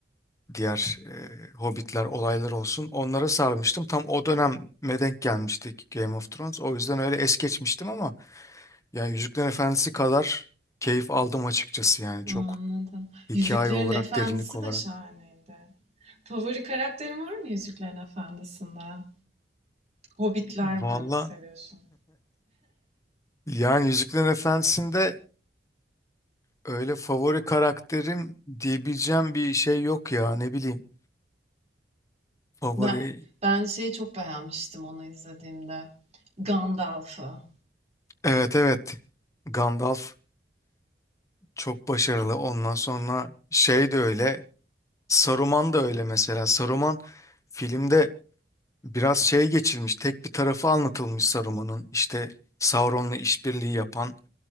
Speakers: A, on the left (about 20°); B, on the right (about 40°).
A: diğer e, Hobbitler olaylar olsun onlara sarmıştım. Tam o döneme denk gelmiştik Game of Thrones. O yüzden öyle es geçmiştim ama yani Yüzüklerin Efendisi kadar keyif aldım açıkçası yani
B: Anladım.
A: çok hikaye
B: Yüzüklerin
A: olarak
B: Efendisi
A: derinlik olarak.
B: de şahaneydi. Favori karakterin var mı Yüzüklerin Efendisi'nde? Hobbitler mi
A: Valla
B: seviyorsun?
A: yani Yüzüklerin Efendisi'nde Öyle favori karakterim diyebileceğim bir şey yok ya ne bileyim. Favori
B: Ben ben şeyi çok beğenmiştim onu izlediğimde. Gandalf'ı.
A: evet evet Gandalf çok başarılı ondan sonra şey de öyle Saruman da öyle mesela Saruman filmde biraz şey geçilmiş tek bir tarafı anlatılmış Saruman'ın işte Sauron'la işbirliği yapan